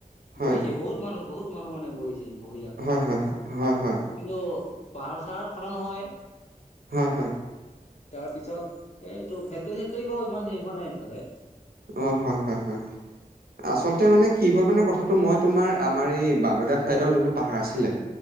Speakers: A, on the right; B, on the left.
A: হয়।
B: বহিছে বহুত মানুহ বহুত মানুহ মানে বহিছে বহিৰাগত।
A: হয় হয় হয় হয় হয়
B: কিন্তু পাহাৰ চাহাৰ খনন হয়।
A: হয়, হয়।
B: তাৰ পিছত এইটো ফেক্টৰী-চেক্টৰী বাৰু ইমান হেৰি হোৱা নাই এইফালে।
A: অ', হয়, হয়, হয়। আচলতে মানে কি হ'ল মানে কথাটো মই তোমাৰ আমাৰ এই বান্দদেৱা চাইডৰ যোনটো পাহাৰ আছিলে